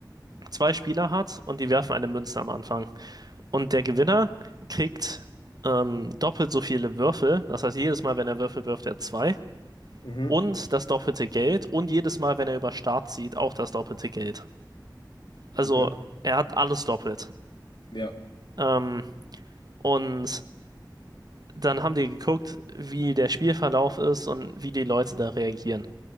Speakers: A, on the right; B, on the left.
A: zwei Spieler hat und die werfen eine Münze am Anfang. Und der Gewinner kriegt ähm, doppelt so viele Würfel. Das heißt, jedes Mal, wenn er würfelt, wirft er zwei.
B: Mhm.
A: Und das doppelte Geld. Und jedes Mal, wenn er über Start zieht, auch das doppelte Geld. Also
B: Okay.
A: er hat alles doppelt.
B: Ja.
A: Ähm, und dann haben die geguckt, wie der Spielverlauf ist und wie die Leute da reagieren.